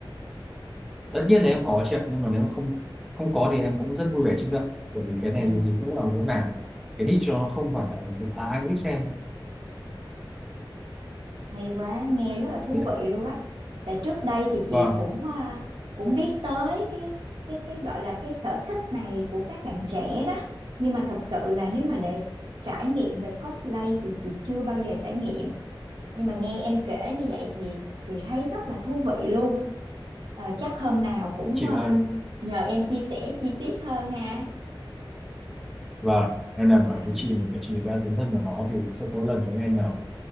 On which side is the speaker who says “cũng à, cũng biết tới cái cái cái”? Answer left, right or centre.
Right